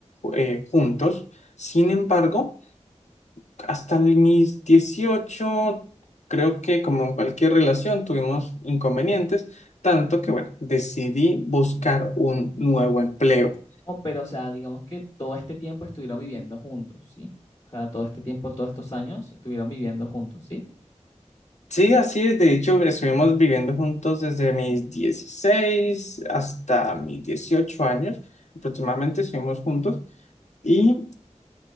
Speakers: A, on the left (about 70°); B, on the left (about 30°).
A: eh, juntos. Sin embargo, hasta mis 18 creo que como en cualquier relación tuvimos inconvenientes, tanto que bueno, decidí buscar un nuevo empleo.
B: No, pero o sea, digamos que todo este tiempo estuvieron viviendo juntos, ¿sí? O sea, todo este tiempo, todos estos años estuvieron viviendo juntos, ¿sí?
A: Sí, así es, de hecho, estuvimos viviendo juntos desde mis 16 hasta mis 18 años, aproximadamente estuvimos juntos, y